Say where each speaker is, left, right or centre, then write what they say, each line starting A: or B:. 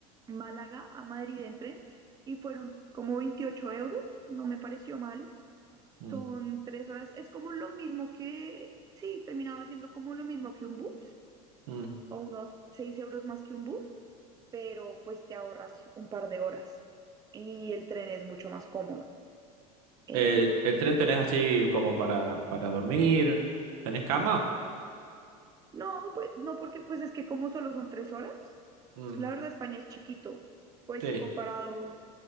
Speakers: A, on the right (about 20°); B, on the right (about 80°).
A: Málaga a Madrid en tren y fueron como 28 euros, no me pareció mal.
B: mm,
A: Son tres horas, es como lo mismo que, sí, terminaba siendo como lo mismo que un bus
B: mm.
A: o unos 6 euros más que un bus, pero pues te ahorras un par de horas y el tren es mucho más cómodo. em,
B: Eh, ¿el tren tenés así como para, para dormir? ¿Tenés cama?
A: No, pues no, porque pues es que como solo son tres horas,
B: Mm,
A: es que la verdad España es chiquito, pues
B: sí,
A: comparado